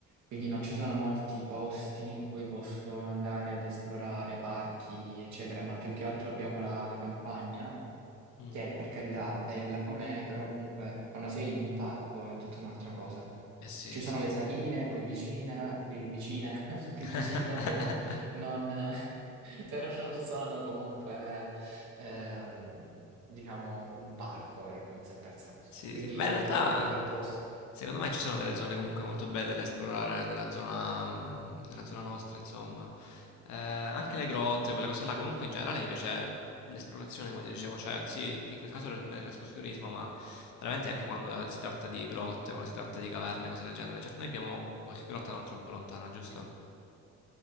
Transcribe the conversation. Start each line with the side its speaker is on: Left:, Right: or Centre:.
Right: quindi non ci sono molti posti in cui posso andare ad esplorare parchi, eccetera, ma più che altro abbiamo la, la campagna,
Left: Mh.
Right: che è per carità bella com'è, però comunque quando sei in un parco è tutta un'altra cosa.
Left: Eh sì,
Right: Ci
Left: sì.
Right: sono le saline qui vicine, qui vicine, <laughs> qui
Left: <laughs>
Right: vicino, però non, <laughs> però non sono comunque, ehm, diciamo, un parco, ecco, in sé per sé.
Left: Sì,
Right: Quindi
Left: sì. Beh, in
Right: è
Left: realtà
Right: un po' legato al posto.
Left: secondo me ci sono delle zone comunque molto belle da esplorare nella zona mhmm, nella zona nostra insomma. Ehm, anche le grotte, quelle cose là, comunque in generale mi piace l'esplorazione come ti dicevo, cioè sì, in quel caso l'e è l'escursionismo, ma veramente anche quando si tratta di grotte, quando si tratta di caverne, cose del genere. Certo, noi abbiamo qualche grotta non troppo lontana, giusto?